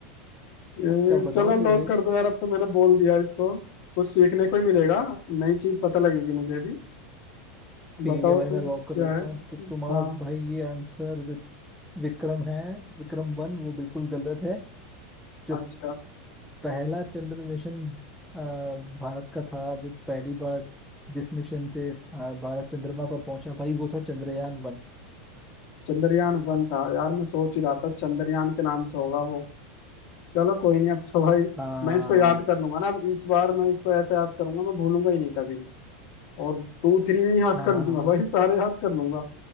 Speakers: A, on the left; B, in the centre.
A: ए,
B: अच्छा बताओ
A: चलो
B: फिर
A: लॉक
B: भाई
A: कर दो यार अब तो मैंने बोल दिया इसको कुछ सीखने को ही मिलेगा नई चीज पता लगेगी मुझे भी
B: ठीक
A: बताओ
B: है भाई
A: तुम
B: मैं लॉक कर
A: क्या
B: देता
A: है
B: हूँ तो तुम्हारा
A: हाँ
B: भाई ये आंसर जो विक्रम है विक्रम वन वो बिल्कुल गलत है जो
A: अच्छा
B: पहला चंद्र मिशन अ, भारत का था जो पहली बार जिस मिशन से अ, भारत चंद्रमा पर पहुंचा भाई वो था चंद्रयान वन
A: चंद्रयान वन था यार मैं सोच ही रहा था चंद्रयान के नाम से होगा वो चलो कोई नहीं अब तो भाई
B: हाँ
A: मैं इसको याद कर लूंगा ना अब इस बार मैं इसको ऐसे याद करूंगा मैं भूलूंगा ही नहीं कभी और टू थ्री भी याद
B: हाँ
A: कर
B: हाँ
A: लूंगा भाई सारे याद कर लूंगा